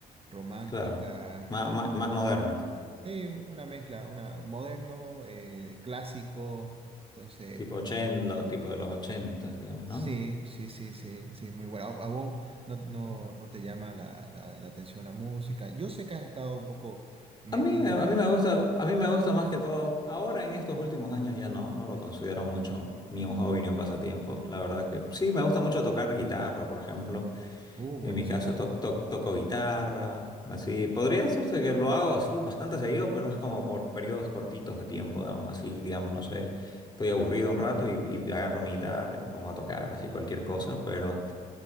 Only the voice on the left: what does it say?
Claro. Má- má- más moderno.
Tipo ochenta tipo de los ochentas digamos,
¿no?
A mí me, a mí me
gusta, a mí me gusta más que todo. Ahora en estos últimos años ya no, no lo considero mucho ni un hobby ni un pasatiempo. La verdad que sí, me gusta mucho tocar guitarra, por ejemplo.
En mi caso toc, toc, toco guitarra, así. Podría decirse que lo hago así bastante seguido, pero es como por periodos cortitos de tiempo, digamos así, digamos, no sé, estoy aburrido un rato y, y agarro mi guitarra y me pongo a tocar, así cualquier cosa, pero,